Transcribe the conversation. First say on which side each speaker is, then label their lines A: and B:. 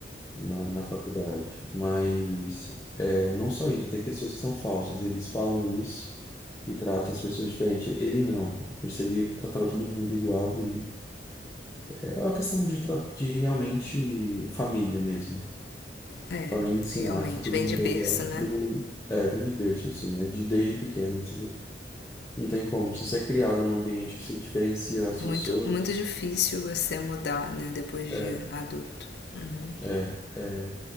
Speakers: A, on the left; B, on the left.
A: Na, na faculdade. Mas é, não só isso, tem pessoas que são falsas, eles falam isso e tratam as pessoas diferente. Ele não. Eu percebia que tratava todo mundo igual e é uma questão de, tra- de realmente família mesmo.
B: é,
A: Família ensinar
B: realmente.
A: que todo
B: Vem
A: mundo
B: de berço,
A: é igual.
B: né?
A: Todo mundo é, vem de berço, assim, né? De, desde pequeno. Tipo, não tem como. Se você é criado num ambiente que você diferencia as
B: Muito,
A: pessoas.
B: muito difícil você mudar, né? Depois de
A: É,
B: adulto. Uhum.
A: é. é,